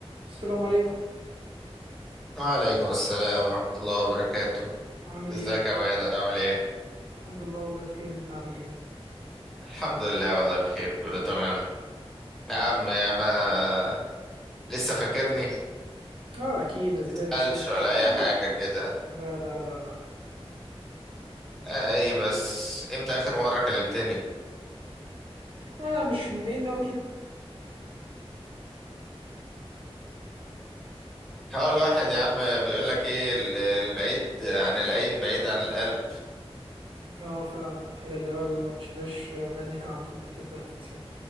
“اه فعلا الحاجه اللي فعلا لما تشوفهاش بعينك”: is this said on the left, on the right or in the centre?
Right